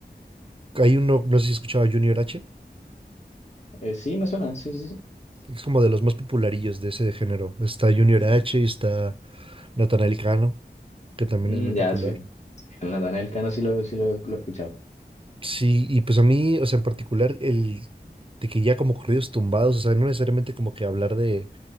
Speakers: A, on the right; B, on the left.
A: hay uno, no sé si escuchaba Junior H,
B: Eh, sí, me suena, sí, sí,
A: es como de los más popularillos de ese género. Está Junior
B: sí.
A: H y está Natanael Cano, que también
B: Mm,
A: es muy popular.
B: ya, sí. En la Natanael Cano sí lo, sí lo, lo he escuchado.
A: Sí, y pues a mí, o sea, en particular, el de que ya como corridos tumbados, o sea, no necesariamente como que hablar de,